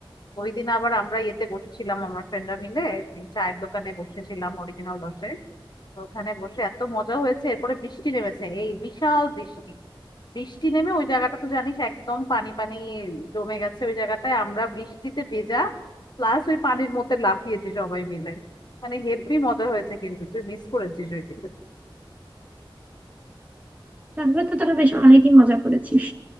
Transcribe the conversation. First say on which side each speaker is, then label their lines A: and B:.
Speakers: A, on the left (about 50°); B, on the right (about 15°).
A: ওই দিন আবার আমরা ইয়েতে বসেছিলাম আমরা ফ্রেন্ডরা মিলে এই চায়ের দোকানে বসেছিলাম অরিজিনাল দশে তো ওখানে বসে এত মজা হয়েছে এরপরে বৃষ্টি নেমেছে এই বিশাল বৃষ্টি বৃষ্টি নেমে ওই জায়গাটা তো জানিস একদম পানি পানি জমে গেছে ওই জায়গাটায় আমরা বৃষ্টিতে ভেজা প্লাস ওই পানির মধ্যে লাফিয়েছি সবাই মিলে মানে হেব্বি মজা হয়েছে কিন্তু তুই মিস করেছিস ওই দিন
B: তারপরে তো তোরা বেশ অনেকই মজা করেছিস